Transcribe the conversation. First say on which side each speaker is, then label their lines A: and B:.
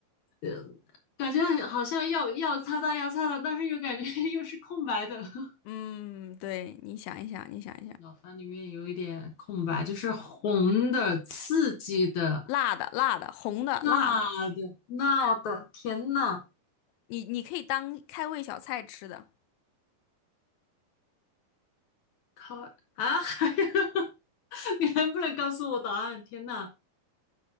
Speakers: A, on the left; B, on the left.
A: 呃，感觉好像要要擦到要擦到，但是又感觉 <laughs> 又是空白的，<laughs>
B: 嗯，对，你想一想，你想一想，
A: 脑袋里面有一点空白，就是红的、刺激的、
B: 辣的辣的，红的辣的，
A: 辣的、辣的，天呐，
B: 你你可以当开胃小菜吃的。
A: 靠啊！还有 <laughs> 你能不能告诉我答案？天呐！